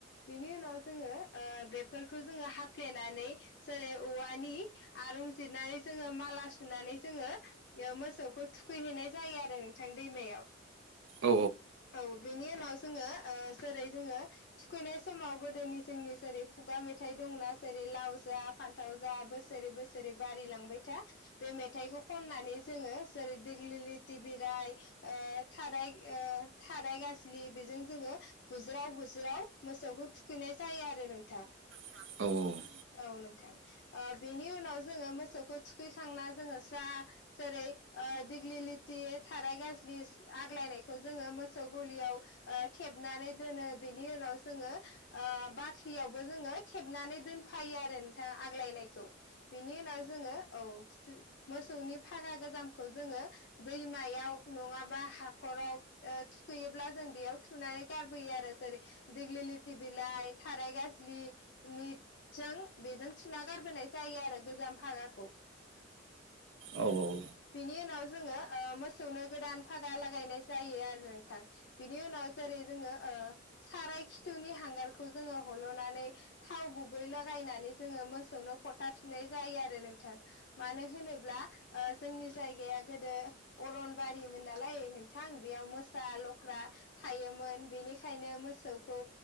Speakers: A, on the left; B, on the right.
A: बिनि उनाव जोङो आ बेफोरखौ जोङो हाफ्लेनानै जेरै औवानि आरुं जिरनानै जोङो माला सुनानै जोङो ओ मोसौखौ थुखैहैनाय जायो आरो नोंथां दैमायाव
B: औ
A: औ बेनि उनाव जोङो आ जेरै जोङो थुखैनाय समाव गोदोनि जोंनि जेरै खुगा मेथाइ दंना जेरै लाव जा फान्थाव जा बोसोरै बोसोरै बारिलांबाय था बे मेथाइखौ खननानै जोङो जेरै दिग्लि लिति बिलाइ ओ थाराइग ओ थाराइ गाज्लि बेजों जोङो बुज्राव बुज्राव मोसौखौ थुखैनाय जायो आरो नोंथां
B: औ औ औ
A: औ नोंथां आ बेनि उनाव जोङो मोसौखौ थुखैखांना जोङो जा जेरै ओ दिग्लि लिति थाराइ गाज्लि आग्लायनायखौ जोङो मोसौ गलियाव आ थेबनानै दोनो बेनि उनाव जोङो आ बाख्रियावबो जो जोङो थेबनानै दोनफायो आरो नोंथां आग्लायनायखौ बिनि उनाव जोङो औ जो मोसौनि फागा गोजामखौ जोङो दैमायाव नङाबा हाखराव ओ थुखैयोब्ला जों बेयाव थुनानै गारबोयो आरो जेरै देग्लि लिति बिलाइ थाराइ गाज्लि निथजों बेजों थुना गारबोनाय जायो आरो गोजाम फागाखौ।
B: औ औ
A: बिनि उनाव जोङो ओ मोसौनो गोदान फागा लागायनाय जायो आरो नोंथां बिनि उनाव जेरै जोङो ओ साराय खिथुनि हां हांगारखौ जोङो हल'नानै थाव गुबै लागायनानै जोङो मोसौनो फथा थुनाय जायो आ आरो नोंथां मानो होनोब्ला ओ जोंनि जायगाया गोदो अरनबारिमोन नालाय नोंथां बेयाव मोसा लख्रा थायोमो मोन बेनिखायनो मोसौखौ